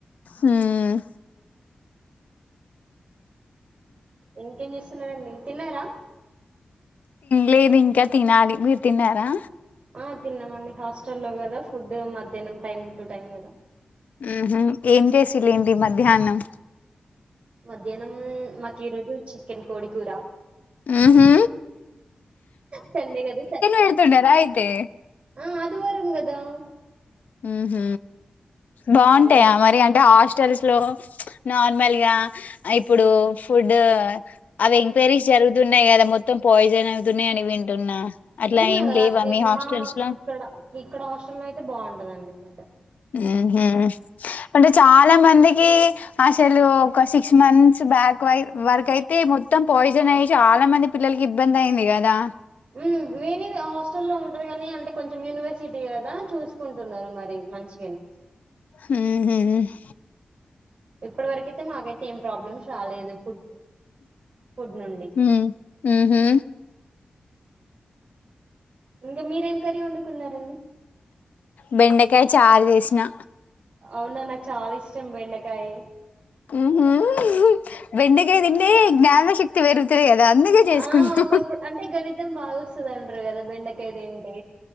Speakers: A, on the left; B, on the right.
A: ఉమ్
B: ఇంకేం చేస్తున్నారండి తిన్నారా
A: లేదు ఇంకా తినాలి మీరు తిన్నారా
B: ఆ తిన్నామండి హాస్టల్లో గదా ఫుడ్ మధ్యానం టైమ్ టు టైమ్ కదా.
A: ఉహుహ్ ఏం చేసిలేంటి మధ్యాహ్నం
B: మధ్యాహ్నం మాకు ఈ రోజు చికెన్ కోడి కూర
A: మ్ హా
B: సండే గదు
A: పెడుతుండారా అయితే
B: ఆ ఆదివారం గదా అ
A: ఉ హ బాగుంటాయా
B: ఆదివారం
A: మరి అంటే హాస్టల్స్ లో నార్మల్ గా ఇప్పుడు ఫుడ్ అవి ఎంక్వైరీస్ జరుగుతున్నా న్నాయి కదా మొత్తం పాయిజన్ అవుతున్నా అని వింటున్నా అట్లా
B: హుమ్మ్
A: ఏం లేవా
B: అది
A: మీ హాస్టల్స్
B: మా
A: లో
B: ఇక్కడ ఇక్కడ హస్టల్ లో అయితే బావుటదండి ఫుడ్
A: ఆ హ అంటే చాలా మందికి అసలు ఒక సిక్స్ మంత్స్ బ్యాక్ వై వరక అయితే మొత్తం పాయిజన్ అయ్యి చాలా మంది పిల్లలకి ఇబ్బంది అయింది కదా
B: ఉహ్మ్ వేరే హాస్టల్ల్లో ఉంటారు గానీ అంటే కొన్ యూనివర్సిటీ కదా చూసుకుంటున్నారు మరి మంచి
A: హుహ్
B: ఇప్పటి వరకైతే మాకైతే ఏం ప్రాబ్లమ్స్ రాలేదు ఫుడ్ ఫుడ్ నుండి
A: ఉ ఉహు
B: ఇంకా మీరేం కరీ వండుకున్నారండి
A: బెండకాయ చారు జేసినా
B: అవునా నాకు చాలా ఇష్టం బెండకాయి
A: ఉహుహ్ బెండకాయ దింటే జ్ఞాన శక్తి వేరు తె కదా అందుకే చేసుకుంటాం
B: ఆ ఒకప్పుడు అంటే గణితం బాగా వస్తది అంటారు కదా బెండకాయ తింటే